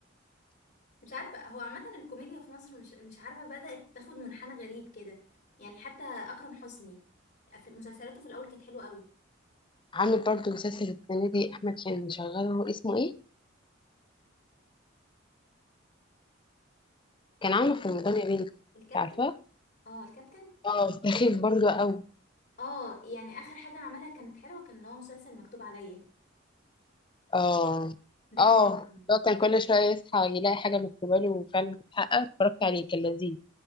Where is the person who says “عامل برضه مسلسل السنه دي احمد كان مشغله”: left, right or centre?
Left